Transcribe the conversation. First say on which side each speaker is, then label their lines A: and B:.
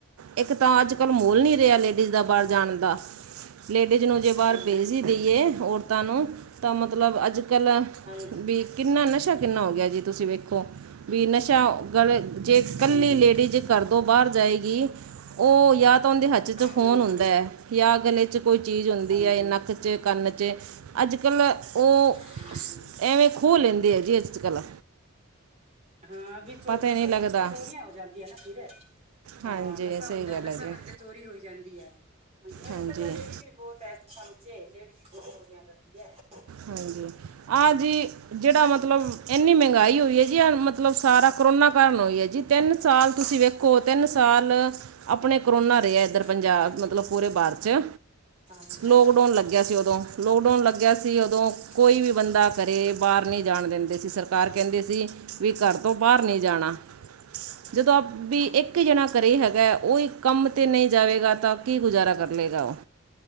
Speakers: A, on the right; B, on the right.
A: ਇੱਕ ਤਾਂ
B: ਹਾਂਜੀ
A: ਅੱਜ ਕੱਲ ਮਹੌਲ ਨੀ ਰਿਹਾ ਲੇਡੀਜ਼ ਦਾ ਬਾਹਰ ਜਾਣ ਦਾ ਲੇਡੀਜ਼ ਨੂੰ ਜੇ ਬਾਹਰ
B: ਹਾਂਜੀ
A: ਭੇਜ ਹੀ ਦੇਈਏ ਔਰਤਾਂ ਨੂੰ ਤਾਂ ਮਤਲਬ ਅੱਜ ਕੱਲ੍ਹ
B: ਹਾਂਜੀ
A: ਵੀ ਕਿੰਨਾ ਨਸ਼ਾ ਕਿੰਨਾ ਹੋ ਗਿਆ ਜੀ ਤੁਸੀਂ ਵੇਖੋ ਵੀ ਨਸ਼ਾ ਗਲ ਜੇ ਇਕੱਲੀ
B: ਹਾਂਜੀ
A: ਲੇਡੀਜ਼ ਘਦੋ ਬਾਹਰ ਜਾਏਗੀ ਉਹ ਯਾ ਤਾਂ ਉਹਦੇ ਹੱਥ ਚ ਫੋਨ
B: ਹਾਂਜੀ
A: ਹੁੰਦਾ ਹੈ ਜਾਂ ਗਲੇ 'ਚ ਕੋਈ ਚੀਜ਼ ਹੁੰਦੀ
B: ਹਾਂਜੀ
A: ਹੈ ਨਕ 'ਚ ਕੰਨ 'ਚ ਅੱਜ ਕੱਲ੍ਹ ਉਹ
B: ਹਾਂਜੀ।
A: ਐਵੇਂ ਖੋਹ ਲੈਂਦੇ ਆ ਜੀ ਅੱਜ ਕੱਲ੍ਹ
B: ਹਾਂ ਵੀ ਚੋ
A: ਪਤਾ
B: ਨਸ਼ੇ
A: ਹੀ ਨਹੀਂ ਲੱਗਦਾ
B: ਕਰਕੇ ਚੋਰੀਆਂ ਹੋ ਜਾਂਦੀਆਂ ਨਾ ਫਿਰ ਹਾਂ
A: ਹਾਂਜੀ
B: ਨਸ਼ਾ
A: ਸਹੀ
B: ਹੁੰਦਾ
A: ਗੱਲ
B: ਨਸ਼ਾ
A: ਹੈ ਜੀ
B: ਕਰਕੇ ਚੋਰੀ ਹੋਈ ਜਾਂਦੀ ਹੈ ਹਾਂਜੀ ਅੱਜ
A: ਹਾਂਜੀ
B: ਕੱਲ ਤਾਂ ਲੇਡੀਜ਼ ਵੀ ਬਹੁਤ ਇਸ ਕੰਮ ਚ ਲੇਡੀਜ ਵੀ ਬਹੁਤ ਚੋਰੀਆਂ ਕਰਦੀਆਂ ਨੇ।
A: ਹਾਂਜੀ ਆਹ ਜੀ। ਜਿਹੜਾ ਮਤਲਬ
B: ਹਮ,
A: ਇੰਨੀ ਮਹਿੰਗਾਈ ਹੋਈ ਹੈ ਜੀ ਆ ਮਤਲਬ ਸਾਰਾ ਕਰੋਨਾ ਕਾਰਨ ਹੋਈ ਹੈ ਜੀ। ਤਿੰਨ ਸਾਲ ਤੁਸੀਂ ਵੇਖੋ ਤਿੰਨ ਸਾਲ ਆਪਣੇ ਕਰੋਨਾ ਰਹਿਆ। ਇੱਧਰ ਪੰਜਾਬ
B: ਹਾਂਜੀ
A: ਮਤਲਬ ਪੂਰੇ ਭਾਰਤ 'ਚ
B: ਹਾਂਜੀ
A: ਲੋਕਡਾਊਨ ਲੱਗਿਆ ਸੀ ਉਦੋਂ ਲੋਕਡਾਊਨ ਲੱਗਿਆ ਸੀ ਉਦੋਂ ਕੋਈ
B: ਹਾਂਜੀ
A: ਵੀ
B: ਹਾਂਜੀ
A: ਬੰਦਾ ਘਰੇ ਬਾਹਰ ਨਹੀਂ ਜਾਣ ਦਿੰਦੇ ਸੀ ਸਰਕਾਰ ਕਹਿੰਦੀ ਸੀ ਵੀ ਘਰ ਤੋਂ ਬਾਹਰ ਨਹੀਂ ਜਾਣਾ। ਜਦੋਂ ਆਪ ਵੀ
B: ਹਾਂਜੀ
A: ਇੱਕ ਜਣਾ। ਘਰੇ ਹੈਗਾ ਉਹੀ ਕੰਮ ਤੇ ਨਹੀਂ ਜਾਵੇਗਾ ਤਾਂ ਕੀ ਗੁਜ਼ਾਰਾ ਕਰ ਲਏਗਾ ਉਹ।